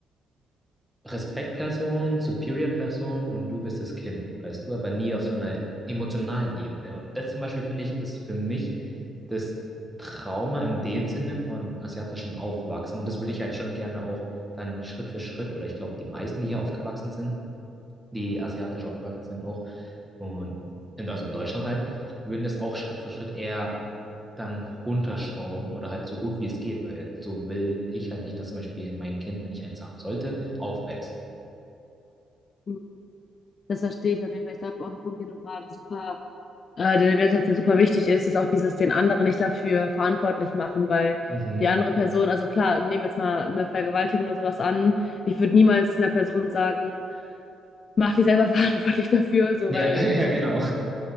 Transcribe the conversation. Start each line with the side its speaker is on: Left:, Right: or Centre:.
Centre: Respektperson, Superior-Person und du bist das Kind, weißt du, aber nie auf so einer emotionalen Ebene. Und das zum Beispiel finde ich ist für mich das Trauma in dem Sinne von asiatischen Aufwachsen. Und das würde ich halt schon gerne auch dann Schritt für Schritt oder ich glaube, die meisten, die hier aufgewachsen sind, die asiatisch aufgewachsen sind auch und in, also in Deutschland halt, würden das auch Schritt für Schritt eher dann runterschrauben oder halt so gut wie es geht, weil so will ich halt nicht, dass zum Beispiel mein Kind, wenn ich eins haben sollte, aufwächst.
Left: Mhm. Das verstehe ich auf jeden Fall. Ich glaube, auch ein Punkt, den du gerade super Äh, der Wertschätzung super wichtig ist, ist auch dieses den anderen nicht dafür verantwortlich machen, weil
Centre: Mhm.
Left: die andere Person, also klar, nehmen wir jetzt mal eine Vergewaltigung oder sowas an, ich würde niemals einer Person sagen, mach dich selber <laughs> verantwortlich dafür, so
Centre: Ja,
Left: weil
Centre: <laughs> ja, genau.